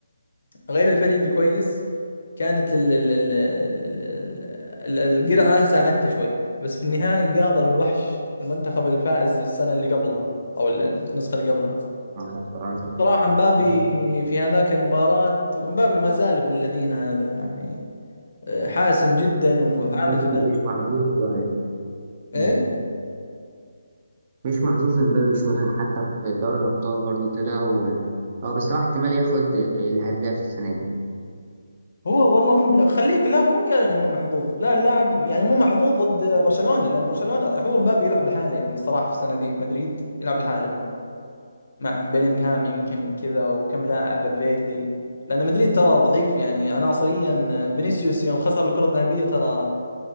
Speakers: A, on the left (about 65°); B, on the right (about 35°).
A: غير الفريق الكويس كانت ال ال ال ال ال ال- القرعة ساعدته شوي بس في النهائي قاضى للوحش المنتخب الفائز السنة اللي قبلها أو ال- النسخة اللي قبلها
B: آه، طبعاً.
A: صراحة مبابي
B: مم.
A: في هذاك المباراة ومبابي ما زال ابن الذين هذا يعني آه، حاسم جدا وعامل
B: مبابي
A: فارق
B: مش محظوظ شويه
A: ايش
B: مم. مش محظوظ امبابي شويه حتى في دوري الابطال برضو طلع و... هو بس هو احتمال ياخد الهداف السنه دي
A: هو والله مم... لا، خليك لا مو قال انا مو محظوظ لا اللاعب يعني مو محظوظ ضد برشلونة لان برشلونة هو مبابي يلعب لحاله يعني صراحة في السنة ذي في مدريد يلعب لحاله مع بيلينغهام يمكن كذا وكم لاعب الفيردي لان مدريد ترى ضعيف يعني عناصريا آه، فينيسيوس يوم خسر الكرة الذهبية ترى